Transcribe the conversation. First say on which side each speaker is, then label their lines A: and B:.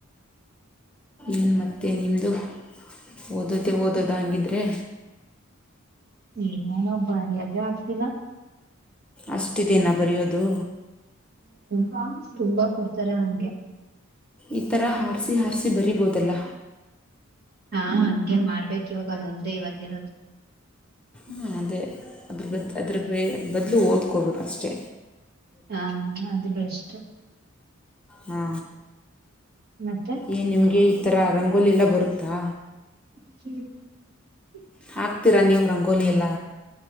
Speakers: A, in the centre; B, on the right.
A: ಏನು ಮತ್ತೆ ನಿಮ್ಮದು ಓದೋದೇ ಓದೋದ ಹಂಗಿದ್ರೆ
B: ಏನ ಬರಿಯದೇ ಆಗ್ತಿಲ್ಲ
A: ಅಷ್ಟಿದೇನಾ
B: ಅ
A: ಬರೆಯೋದು
B: ಹು ತುಂಬಾ ಕೊಡ್ತರಾ ಅಮ್ಗೆ
A: ಈಥರ ಹಾರ್ಸಿ ಹಾರ್ಸಿ ಬರಿಬೋದಲ್ಲ
B: ಹಾ ಹಂಗೆ ಮಾಡ್ಬೇಕ್ ಇವಾಗ್ ಅದೊಂದೇ ಇವಾಗಿರೋದು
A: ಹಾ ಅದೇ ಅದ್ರ ಬದ ಅದ್ರ ಬ್ರೆ ಬದಲು ಓದ್ಕೋಬೊಕಷ್ಟೇ
B: ಹಾ ಅದು ಬೆಸ್ಟ್
A: ಹ
B: ಮತ್ತೆ
A: ಏ ನಿಮ್ಗೆ ತರ ರಂಗೋಲಿ ಎಲ್ಲ ಬರುತ್ತಾ
B: <inaudible>
A: ಹಾಕ್ತೀರಾ ನೀವು ರಂಗೋಲಿ ಎಲ್ಲ